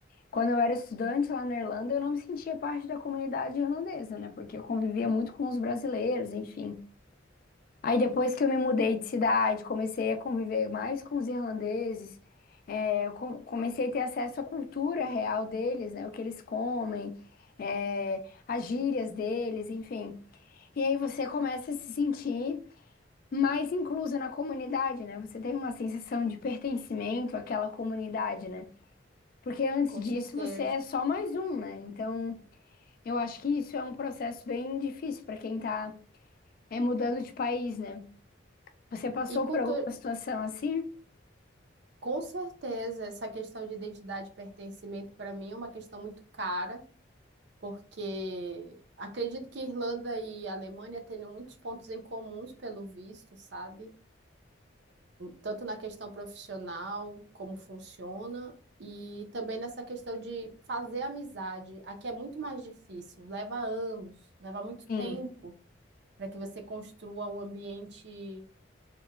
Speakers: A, on the left; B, on the right.
A: Quando eu era estudante lá na Irlanda, eu não me sentia parte da comunidade irlandesa, né? Porque eu convivia muito com os brasileiros, enfim. Aí depois que eu me mudei de cidade, comecei a conviver mais com os irlandeses, é, eu com- comecei a ter acesso à cultura real deles, né? O que eles comem, é, as gírias deles, enfim. E aí você começa a se sentir mais inclusa na comunidade, né? Você tem uma sensação de pertencimento àquela comunidade, né? Porque antes
B: Com
A: disso
B: certeza.
A: você é só mais um, né? Então, eu acho que isso é um processo bem difícil para quem tá é, mudando de país, né? Você passou
B: E
A: por
B: cultura,
A: alguma situação assim?
B: com certeza, essa questão de identidade e pertencimento para mim é uma questão muito cara. porque acredito que Irlanda e Alemanha tenham muitos pontos em comuns pelo visto, sabe? Tanto na questão profissional, como funciona, e também nessa questão de fazer amizade. Aqui é muito mais difícil, leva anos, leva muito
A: Sim.
B: tempo para que você construa um ambiente